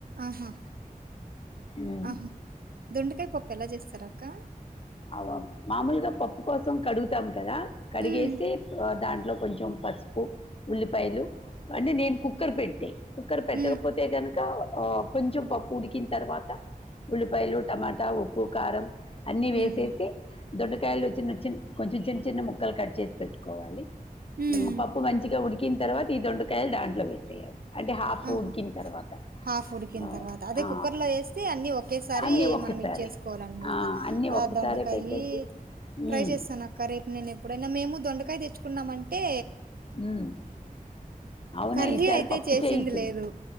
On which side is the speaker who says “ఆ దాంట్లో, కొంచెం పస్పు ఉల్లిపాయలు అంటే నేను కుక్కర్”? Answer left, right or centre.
Left